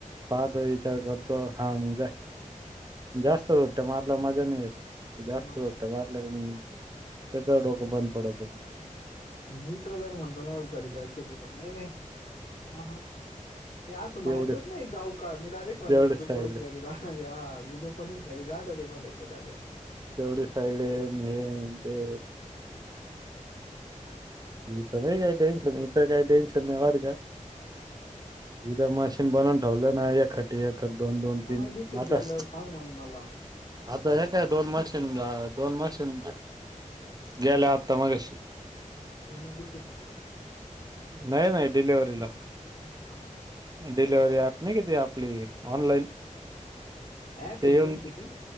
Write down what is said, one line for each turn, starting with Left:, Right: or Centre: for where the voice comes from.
Right: पा तो हा मग जाय जास्त गट्ट मारल्यावर मजा नाही येत जास्त
Left: मग
Right: ग वाडल का मन सगळ डोक बंद पडते
Left: मी इकडं जर म्हणल मला घरी जायचं दुपा नाही नाही हा हा मी असं म्हणायचंच
Right: एवढे
Left: नाही जाऊ का मी डायरेक्ट म्हणयज
Right: एवढे
Left: मी
Right: साईड
Left: दुपारी जरी जा अरे हा मी दुपारीच घरी जारे बा म्हणायचो डायरेक्ट
Right: तेवढी साईड आहे हे ते इथं नाही काय टेन्शन इथं काही टेन्शन नाही बर का उद्या मशीन बनवून ठेवलं ना एखाट एक दोन,
Left: एम
Right: दोन तीन
Left: आय डी सीत
Right: आता
Left: गेल्यावर सांग मग मला
Right: आता एक काय दोन मशीन दोन मशीन गेले आत्ता मगाश
Left: एमआयडीसीत गेला का
Right: नाही नाही डिलिव्हरीला
Left: हा का
Right: डिलिव्हरी ऍप नाही का ते आपली ऑनलाईन
Left: अँप
Right: ते
Left: ए
Right: येऊन
Left: तुमची ती